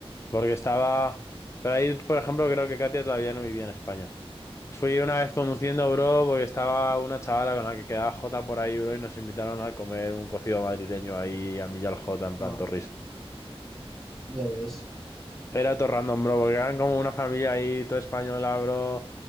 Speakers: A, on the left (about 30°); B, in the centre.
A: Porque estaba... Pero ahí, por ejemplo, creo que Katia todavía no vivía en España. Fui una vez conduciendo, bro, porque estaba una chavala con la que quedaba Jota por ahí, bro, y nos invitaron a comer un cocido madrileño ahí a mí y al Jota, en
B: Ah,
A: plan, todo
B: ya ves.
A: Era todo random, bro, porque eran como una familia ahí, todo española, bro,